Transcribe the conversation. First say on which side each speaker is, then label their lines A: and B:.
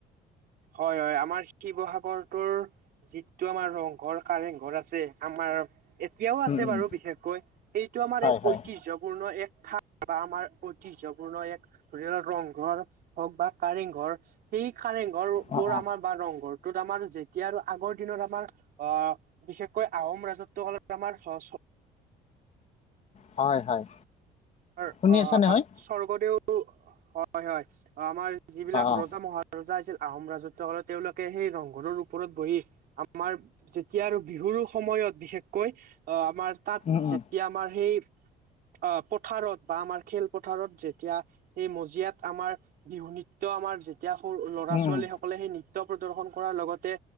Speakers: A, on the right (about 60°); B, on the left (about 40°).
A: হয় হয়। আমাৰ শিৱসাগৰটোৰ যিটো আমাৰ ৰংঘৰ কাৰেং ঘৰ আছে আমাৰ এতিয়াও আছে
B: উম উম
A: বাৰু বিশেষকৈ সেইটো আমাৰ
B: হয়
A: এক
B: হয়
A: ঐতিহ্যপূৰ্ণ এক ঠা বা আমাৰ ঐতিহ্যপূৰ্ণ এক ধৰি লওঁক ৰংঘৰ হওঁক বা কাৰেংঘৰ সেই কাৰেংঘৰ <unintelligible>
B: অ অ
A: আমাৰ বা ৰংঘৰটোত আমাৰ যেতিয়া আৰু আগৰ দিনৰ আমাৰ আ বিশেষকৈ আহোম ৰাজত্ব কালত আমাৰ <unintelligible>
B: হয় হয়।
A: অ'
B: শুনি আছা নহয়
A: স্বৰ্গদেউ হয় হয়। আমাৰ যিবিলাক
B: অ অ
A: ৰজা, মহা ৰজা আছিল আহোম ৰাজত্ব কালত তেওঁলোকে সেই ৰংঘৰৰ ওপৰত বহি আমাৰ যেতিয়া আৰু বিহুৰো সময়ত বিশেষকৈ অ' আমাৰ তাত
B: উম উম
A: যেতিয়া আমাৰ সেই আ পথাৰত বা আমাৰ খেলপথাৰত যেতিয়া সেই মজিয়াত আমাৰ বিহু নৃত্য আমাৰ এতিয়া সৰু ল'ৰা-ছোৱালীসকলে
B: উম উম
A: সেই নৃত্য প্ৰদৰ্শন কৰাৰ লগতে